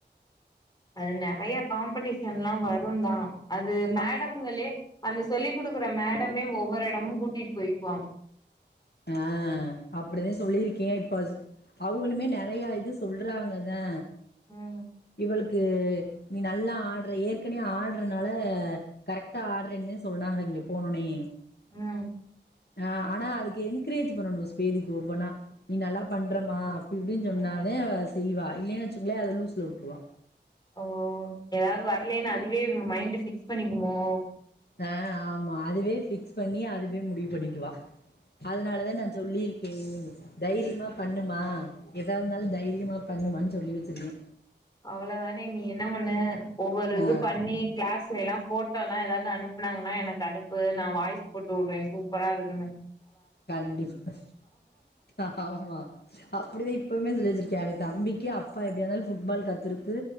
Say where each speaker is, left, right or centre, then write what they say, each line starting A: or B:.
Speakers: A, on the left; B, on the left.
A: அது நெறைய காம்படீஷன்லாம் வரும் தான் அது மேடம்ங்களே
B: அ
A: அந்த சொல்லி் குடுக்குற மேடமே ஒவ்வொரு எடமு கூட்டிட்டு போயிக்குவாங்க
B: ஆஹ் அப்டிதா சொல்லியிருக்கே இப்ப அவங்களுமே நெறைய இது சொல்றாங்கதா
A: ம்
B: இவளுக்கு நீ நல்லா ஆட்ர ஏற்கனைய ஆட்றனால கரெக்டா ஆட்ருன்னு சொன்னாங்க இங்க போனுனே
A: உம்
B: ஆஹ் ஆனா அதுக்கு என்கரேஜ் பண்ணணு ஸ்வேதிக்கு ஒவ்வொன்னா நீ நல்லா பண்றமா
A: ஆ
B: அப்டி இப்டின்னு சொன்னாதா
A: ஆ
B: அவ செய்வா இல்லேன்னு வெச்சுங்களோ அத லூஸ்சுல விட்டுருவா
A: ஓ எதாவ்து வரலன்னு அதுவே மைண்ட் ஃபிக்ஸ் பண்ணிக்குமோ
B: ஆஹ் ஆமா அதுவே ஃபிக்ஸ் பண்ணி அதுவே முடிவு பண்ணிக்குவா அதனால தா நா சொல்லி தைரியமா பண்ணுமா ஏதா இருந்தாலு தைரியமா பண்ணுமான்னு சொல்லி வெச்சிருக்கே
A: அவ்ளவுதானே நீ என்ன பண்ணு ஒவ்வொரு
B: ஆ
A: இது பண்ணி கிளாஸ்ல எல்லா போ ஃபோட்டலா ஏதாவது அனுப்புனாங்கன்னா எனக்கு அனுப்பு நா வாய்ஸ் போட்டு வுடுறே சூப்பரா இருக்குணு
B: கண்டிப்பா ஆமா அப்டிதா இப்பவுமே சொல்லிச்சு வே தம்பிக்கு அப்பா எப்படிய இருந்தாலும் ஃபுட்பால் கத்துருக்கு